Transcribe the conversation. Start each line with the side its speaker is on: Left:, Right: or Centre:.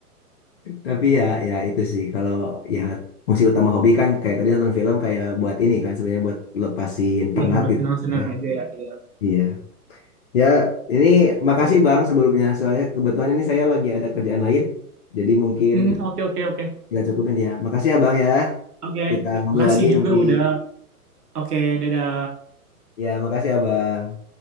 Left: Tapi ya ya itu sih kalau ya fungsi utama hobi kan kayak tadi nonton film kayak buat ini kan sebenarnya buat lepasin penat
Right: Yang buat
Left: gitu.
Right: senang-senang
Left: sebenarnya.
Right: aja ya. Iya.
Left: Iya. Ya, ini
Right: Oke.
Left: makasih Bang sebelumnya soalnya kebetulan ini saya lagi ada kerjaan lain. Jadi mungkin
Right: Hmm, oke, oke, oke.
Left: kita cukupin ya. Makasih ya Bang ya.
Right: Oke,
Left: Kita ngobrol
Right: makasih
Left: lagi
Right: juga
Left: nanti.
Right: udah. Oke, dadah.
Left: Ya, makasih ya Bang.